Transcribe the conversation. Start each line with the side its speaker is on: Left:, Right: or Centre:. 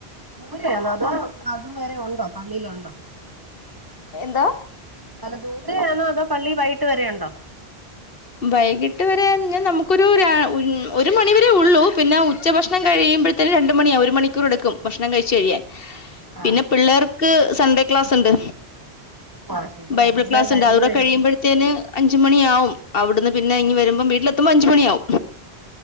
Right: ദൂര അത് അതുവരെ ഉണ്ടോ അതുവരെ ഉണ്ടോ പള്ളിയിലുണ്ടോ
Left: എന്താ
Right: അല്ല ദൂര ആണോ അതോ പള്ളി വൈകിട്ട് വരെണ്ടോ
Left: വൈകിട്ട് വരെ ഞ്ഞ നമുക്കൊരു ഒരു മണിവരെ ഒള്ളൂ പിന്നെ ഉച്ചഭക്ഷണം കഴിയുമ്പഴ ത്തേനും രണ്ട് മണി ഒരു മണിക്കൂർ എടുക്കും ഭക്ഷണം കഴിച്ച്കഴിയാൻ
Right: ആ
Left: പിന്നെ പിള്ളേർക്ക് സൺഡേ ക്ലാസ് ണ്ട്
Right: ആ ശരി
Left: ബൈബിൾ
Right: അതെല്ലാം
Left: ക്ലാസ്
Right: കഴിഞ്ഞു
Left: ണ്ട് അതുകൂടെ
Right: വരുമ്പോ
Left: കഴിയുമ്പഴ ത്തേന് അഞ്ച് മണിയാവും അവിടുന്ന് പിന്നെ ഇങ്ങി വരുമ്പോം വീട്ടിലെത്തുമ്പം അഞ്ച്മണിയാവും